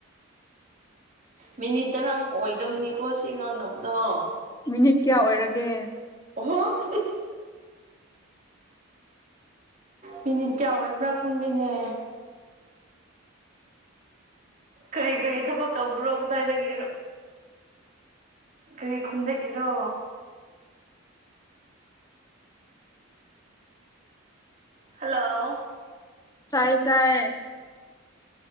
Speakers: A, on the right; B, on the left.
A: ꯃꯤꯅꯤꯠ ꯇꯔꯥ ꯑꯣꯏꯗꯣꯏꯅꯤꯀꯣ ꯁꯤ ꯉꯥꯡꯅꯕꯗꯣ
B: ꯃꯤꯅꯤꯠ ꯀꯌꯥ ꯑꯣꯏꯔꯒꯦ
A: ꯑꯣꯍꯣ ꯃꯤꯅꯤꯠ ꯀꯌꯥ ꯑꯣꯏꯕ꯭ꯔꯥ ꯈꯪꯗꯦꯅꯦ ꯀ꯭ꯔꯤ ꯀ꯭ꯔꯤ ꯊꯕꯛ ꯇꯧꯕ꯭ꯔꯣ ꯀꯗꯥꯏꯗꯒꯤꯔꯣ ꯀ꯭ꯔꯤ ꯈꯨꯟꯗꯒꯤꯔꯣ ꯍꯜꯂꯣ
B: ꯇꯥꯏ ꯇꯥꯏꯌꯦ